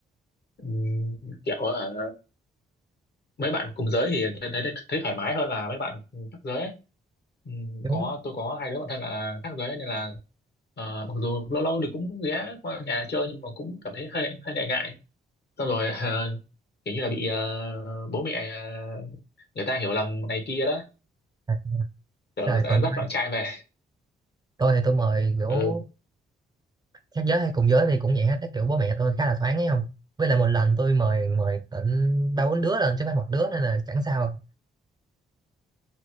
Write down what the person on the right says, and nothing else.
Kiểu
à,
rồi
còn
tôi,
tôi thì tôi mời kiểu
khác giới hay cùng giới thì cũng vậy hết. Cái kiểu bố mẹ tôi khá là thoáng ấy không? Với lại một lần tôi mời mời tận ba bốn đứa lần chứ phải một đứa nên là chẳng sao.